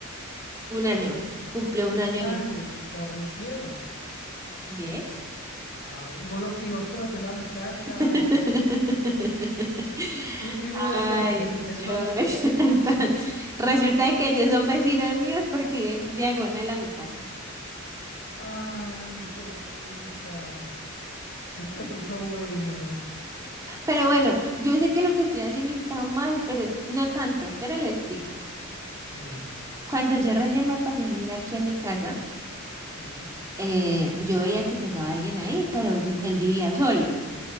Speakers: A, on the right; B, on the left.
A: un año, cumplió un año en el...
B: Ay, está recién.
A: Yes.
B: Ah, y vos, lo- y vos conocés la muchacha,
A: <laughs>
B: el pelado. Y, y no
A: Ay,
B: es socia,
A: Dios.
B: es socia.
A: <laughs> Entonces, Resulta de que ellos son vecinos míos porque viven diagonal a mi casa.
B: Ay, hijo de pucha. Este se puso bueno,
A: Pero bueno, yo sé que lo que estoy haciendo está mal, pero es- no tanto. Espera, le explico.
B: digamos.
A: Cuando yo recién me pasé a vivir aquí a mi casa,
B: Sí,
A: eh, yo veía que llegaba alguien ahí, pero n- él vivía solo,